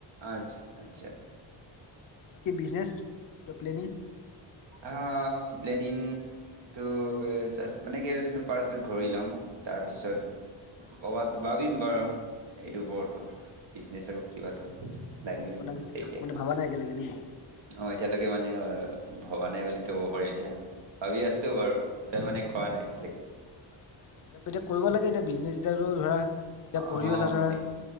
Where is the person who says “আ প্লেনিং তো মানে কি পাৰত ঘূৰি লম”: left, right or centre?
Right